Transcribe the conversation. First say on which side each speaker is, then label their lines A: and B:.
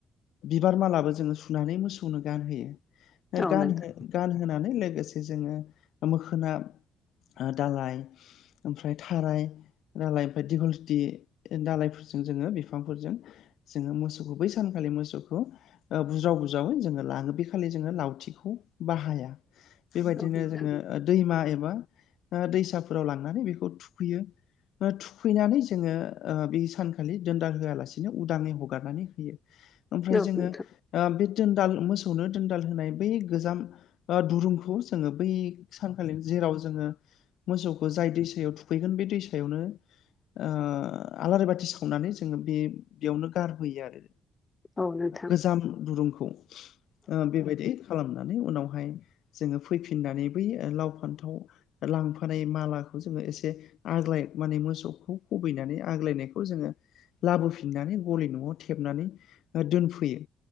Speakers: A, on the left; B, on the left.
A: बिबार मालाबो जोङो सुनानै मोसौनो गानहोयो।
B: औ
A: गानहो
B: नोंथां
A: गानहोनानै लोगोसे जोङो मोखोना ओ दालाय ओमफ्राय थाराय दालाय ओमफ्राय दिघलथि दाालायफोरजों जोङो बिफांफोरजों जोङो मोसौखौ बै सानखालि मोसौखौ ओ बुज्राव बुजावै जोङो लाङो बे खालि जोङो लावथिखौ बाहाया बेबायदिनो
B: औ नोंथां
A: जोङो ओ दैमा एबा ओ दैसाफोराव लांनानै बेखौ थुखैयो। थुखैनानै जोङो ओ बे सानखालि दोनदाल होआलासिनो उदाङै हगारनानै होयो। ओमफ्राय
B: औ नोंथां
A: जोङो ओ बे दोनदाल मोसौनो दोनदाल होनाय बै गोजाम ओ दुरुंखौ जोङो बै सानखालि जेराव जोङो मोसौखौ जाय दैसायाव थुखैगोन बे दैसायावनो ओ आलारि बाथि सावनानै जोङो बे बेयावनो गारबोयो आरो।
B: औ नोंथां औ नोंथां
A: गोजाम दुरुंखौ। ओ बेबायदि खालामनानै उनावहाय जोङो फैफिननानै बै लाव-फान्थाव लांफानाय मालाखौ जोंङो एसे आग्लाय माने मोसौखौ खुबैनानै आग्लायनायखौ जोङो लाबोफिननानै गलि न'आव थेबनानै दोनफैयो।